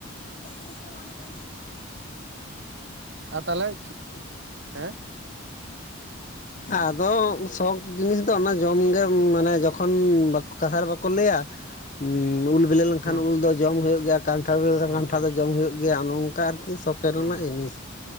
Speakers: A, on the left (about 35°); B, on the right (about 55°).
A: <unintelligible>
B: ᱟᱨ ᱛᱟᱞᱦᱮ ᱦᱮᱸ
A: ᱟᱫᱚ ᱥᱚᱠ ᱡᱤᱱᱤᱥ ᱫᱚ ᱚᱱᱟ ᱡᱚᱢᱜᱮ ᱢᱟᱱᱮ ᱡᱚᱠᱷᱚᱱ ᱠᱟᱛᱷᱟ ᱨᱮ ᱵᱟᱠᱚ ᱞᱟᱹᱭᱟ᱾ ᱩᱸᱻ ᱩᱞ ᱵᱮᱞᱮ ᱞᱮᱱᱠᱷᱟᱱ
B: ᱦᱩᱸ
A: ᱩᱞ ᱫᱚ ᱡᱚᱢ ᱦᱩᱭᱩᱜ ᱜᱮᱭᱟ ᱠᱟᱱᱴᱷᱟᱲ ᱵᱮᱞᱮ ᱞᱮᱱᱠᱷᱟᱱ
B: ᱦᱩᱸ
A: ᱠᱟᱱᱴᱷᱟᱲ
B: ᱦᱩᱸ
A: ᱫᱚ ᱡᱚᱢ ᱦᱩᱭᱩᱜ ᱜᱮᱭᱟ ᱚᱱᱮ ᱚᱱᱠᱟ ᱟᱨᱠᱤ ᱥᱚᱠᱮ ᱨᱮᱱᱟᱜ
B: ᱦᱩᱸ
A: ᱡᱤᱱᱤᱥ